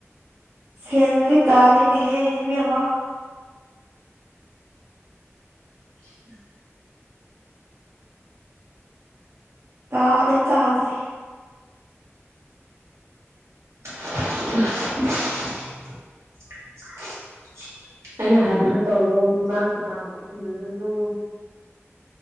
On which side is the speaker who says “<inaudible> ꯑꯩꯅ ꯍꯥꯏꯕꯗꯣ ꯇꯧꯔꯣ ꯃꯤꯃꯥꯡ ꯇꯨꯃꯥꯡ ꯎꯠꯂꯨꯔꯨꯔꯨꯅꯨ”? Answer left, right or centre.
Right